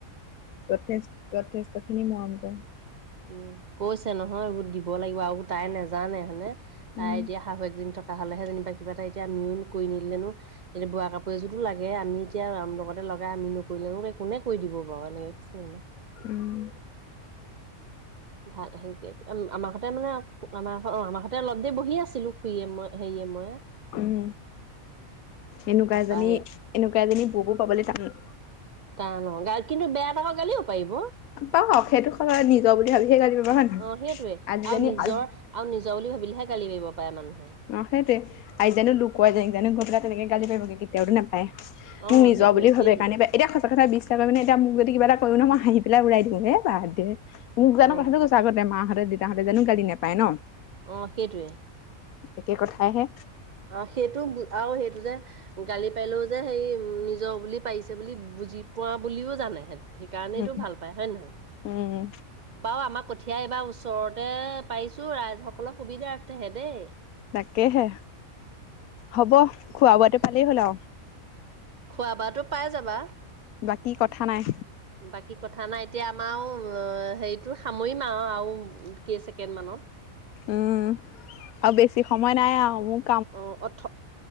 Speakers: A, on the left; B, on the right.
A: যথেছ যথেষ্টখিনি মৰম কৰে।
B: উম কৈছে নহয় এইবোৰ দিব লাগিব আৰু এবোৰ তাই নেজানে হয়নে। তাই
A: উম
B: এতিয়া শাহুৱেকজনী থকা তাহ লেহে যেনিবা কিবা এটা এতিয়া আমিও কৰি নদিলেনো এতিয়া বোৱা কাপোৰ এযোৰতো লাগে আমি এতিয়া লগতে লগাই আমি নকৰিলেনো কোনে কৰি দিব। <unintelligible>
A: উম।
B: ভাল হেৰি কে, আমাৰ সতে মানে আমাৰ অ আমাৰ সতে অলপ দেৰি বহি আছিলো। খুৰীয়ে মই হেৰিয়ে মই
A: উম, এনেকুৱা
B: তাৰপা
A: এজনী
B: হেৰি
A: -এনেকুৱা এজনী ব'ব পাবলৈ টান।
B: তান অ, কিন্তু বেয়া পাব গালিও পাৰিব।
A: পাওক, সেইটো <unintelligible> নিজৰ বুলি ভাবিহে গালি পাৰিব হয় নহয়
B: অ', সেইটয়ে
A: আজিজনী
B: আৰু নিজৰ
A: আজি
B: আৰু নিজ- জৰ বুলি ভাবিলেহে গালি পাৰিব। পাৰে মানুহে
A: অ', সেইটোৱে, আইজানো লোক কোৱা যায়, জানো গৈ পেলাই তেনেকৈ গালি পাৰিব নো, কেতিয়াওটো না <unintelligible>
B: অ
A: মোক নিজৰ
B: সেইটোৱে
A: বুলি
B: সেইটোৱে
A: ভাবে, কাৰণে এতিয়া সঁচা কথা বি বিশ্বাস কৰে মানে, এতিয়া মোক যদি কিবা এটা কৈও ন মই হাঁহি পেলাই উৰাই দিওঁ, হে বাদ দে। মোক
B: অ
A: জানো কথাটো কৈছে আগতে মাহঁতে দেউতাহঁতে জানো গালি নাপায়ে ন।
B: অ', সেইটোৱে।
A: একে কথাইহে।
B: অ', সেইটো আৰু সেইটো যে গালি পাৰিলেও যে সেই নিজৰ বুলি পাৰিছে বুলি বুজি পোৱা বুলিও জানে, সেত সেইকাৰণেইটো
A: উম,
B: ভাল পায় হয়ে নহয়,
A: উম,
B: বাৰু আমাৰ কঠ এতিয়া এইবাৰ ওচৰতে পাৰিছোঁ ৰাইজসকলৰ সুবিধাৰথেহে দেই।
A: তাকেহে হ'ব খোৱা বোৱাটো পালেই হ'ল আৰু।
B: খোৱা বোৱাটো পাই যাবা।
A: বাকী কথা নাই।
B: বাকী কথা নাই এতিয়া আমাৰ আও হেৰিটো সামৰিম আৰু আৰু কেই ছেকেণ্ড মানত।
A: উম আৰু বেছি সময় নাই আৰু মোক
B: অঁ, অথ